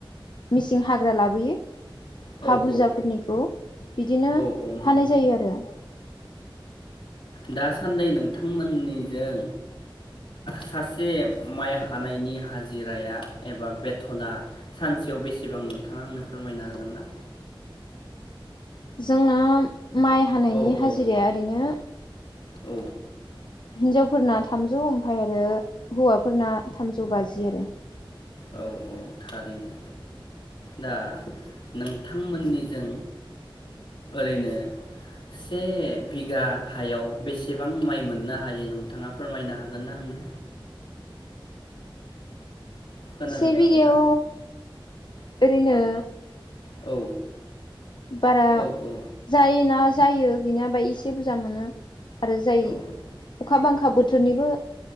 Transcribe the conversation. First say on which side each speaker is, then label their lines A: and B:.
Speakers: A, on the left (about 60°); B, on the left (about 70°).
A: मिसिन हाग्रा लाबोयो।
B: औ
A: हा बुरजाफोरनिखौ
B: औ
A: बिदिनो
B: औ औ नंगौ
A: हानाय जायो आरो।
B: दासा न्दै नोंथांमोननिजों सासे माइ हानायनि हाजिराया एबा बेथना सानसेयाव बेसेबां नोंथाङा आंनो फोरमायनो हागोन ना?
A: जोंना माइ हानायनि
B: औ
A: हाजिराया
B: औ
A: ओरैनो
B: औ
A: हिन्जावफोरना थामजौ ओमफ्राय आरो हौवाफोरना थामजौ बाजि आरो
B: औ औ थारैनो दा नोंथांमोननिजों ओरैनो से बिगा हायाव बेसेबां माइ मोननो हायो नोंथाङा फोरमायनो हागोन ना आंनो खोनादोंना
A: से बिगायाव
B: नोंथां
A: ओरैनो
B: औ
A: बारा
B: औ औ
A: जायोना जायो बिना एसे बुजा मोनो आरो जाय
B: औ
A: अखा बांखा बो थोरनिबो